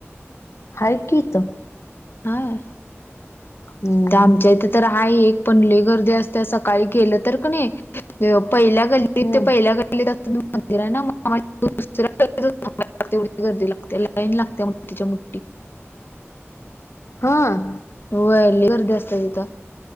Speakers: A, on the left (about 75°); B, on the left (about 50°).
A: हाय की इथं.
B: हाय
A: हम्म
B: तिथ आमच्या इथे तर आहे एक पण लई गर्दी अस त्या सकाळी गेलं तर का नाही पहिल्या गल्लीत
A: हम्म
B: ते पहिल्या गल्ली मंदिर आहे ना मग दुसऱ्या <unintelligible> गर्दी लागते लाईन लागते मोठी च्या मोठी
A: हां.
B: होय लई गर्दी असत्या तिथं.